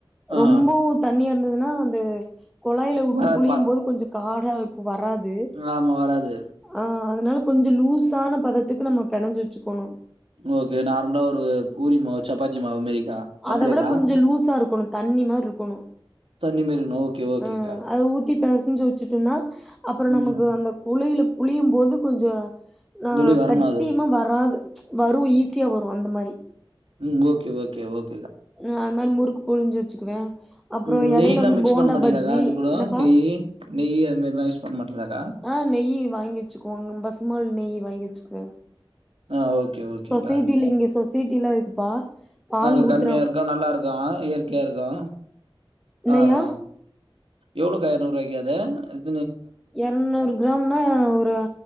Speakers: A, on the right; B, in the centre.
A: ஆ
B: ரொம்பவு தண்ணியா இருந்ததுன்னா அந்த கொழாய்ல வுட்டு
A: வராது
B: புழியும்
A: பா
B: போது கொஞ்சம் கார்டா வராது
A: ஆமா வராது
B: ஆ னால் கொஞ்சோ லூஸான பதத்துக்கு நம்ம பெனஞ்சு வெச்சுக்கணு
A: ஓகே நார்மலா ஒரு பூரிமாவு சப்பாத்தி மாவு மாரிக்கா
B: அத
A: அப்டியாக்கா
B: விட கொஞ்சோ லூஸா இருக்கோணு தண்ணி மாரி இருக்கோணு
A: தண்ணி மாரி இருக்கணு ஓகே ஓகேக்கா
B: ம் அத ஊத்தி பெச ஞ்ச்சு வச்சு ட்டுனா அப்புறோ
A: ம்
B: நமக்கு அந்த குழியில புழியும் போது கொஞ்சோ ஆ
A: வெளிய வரணு
B: கட்டியிம்மா
A: அது
B: வராது வரு ஈஸியா வரு அந்த மாரி
A: ம் ஓகே ஓகே ஓக்
B: ஆ அந்த் மாரி முறுக் புழிஞ்சு வெச்சுக்குவே அ அப்புறோ
A: ம் நெய்லா
B: எடையில வந்து
A: மிக்ஸ்
B: போண்டா
A: பண்ண மாட்டீங்களாக்கா
B: பஜ்ஜி
A: அது கூட
B: என்னப்பா
A: நெய்யி நெய் அது மாரிலா யூஸ் பண்ண மாட்டீங்களாக்கா
B: ஆ நெய் வாங்கி வெச்சுக்கோங்க பசுமாள் நெய் வாங்கி வெச்சு த
A: ஆ ஓகே ஓகேக்கா
B: சொசைட்டில இங்கே சொசைட் டிட்டில்லா இருக்குப்பா பால்
A: அங்க
B: ஊத்
A: கம்மியா இருக்கா நல்லா இருக்காங்க இயற்கையாருக்கா
B: என்னய்யா
A: அ அ எவ்ளோக்கா எரநூறு ரூபாய்க்கி த அத்
B: எரநூறு கிராம்னா ஒரு